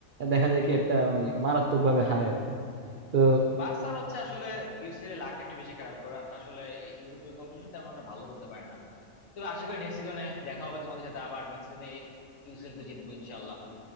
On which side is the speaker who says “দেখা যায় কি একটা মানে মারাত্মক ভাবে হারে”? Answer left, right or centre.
Right